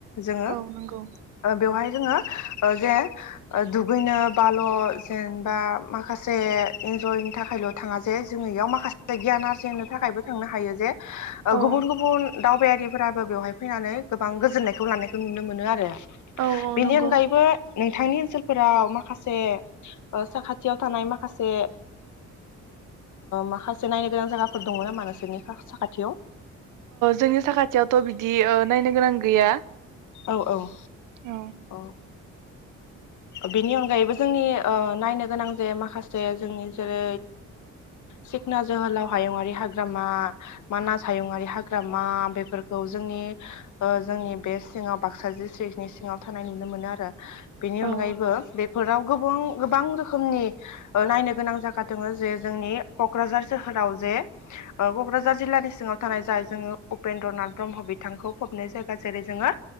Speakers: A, on the left; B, on the right.
A: जोङो
B: औ नंगौ
A: बेवहाय जोङो जे दुगैनो बाल' जेनेबा माखासे इन्जयनि थाखायल थाङा जे जोङो इयाव माखासे गियान आरजिनो नि थाखायबो थांनो हायो जे
B: औ
A: गुबुन गुबुन दावबायारिफोराबो बेवहाय फैनानै गोबां गोजोननायखौ लानायखौ नुनो मोनो आरो
B: औ औ
A: बेनि
B: नंगौ
A: अनगायैबो नोंथांनि ओनसोलफोराव माखासे साखाथियाव थानाय माखासे माखासे नायनो गोनां जायगा फोर दङ नामा नोंसोरनि साखाथियाव
B: जोंनि साखाथियावथ बिदि नायनो गोनां गैया
A: औ औ
B: औ
A: औ बेनि अनगायैबो जोंनि नायनो गोनां जे माखासे जोंनि जेरै सिखना जोहोलाव हायुंङरारि हाग्रामा मानास हायुंआरि हाग्रामा बेफोरखौ जोंनि जोंनि बे सिङाव बाक्सा डिस्ट्रिक्नि सिङाव थानाय नुनो मोनो आरो बिनि उ
B: औ
A: बेफोराव गोबुं गोबां रोखोमनि नायनो गोनां जागा दङ जे जोंनि कक्राझार सोहोराव जे कक्राझार जिल्लानि सिङाव थानाय जाय जोङो उपेन्द्र नाथ ब्रह्म बिथांखौ फबनाय जायगा जेरै जोङो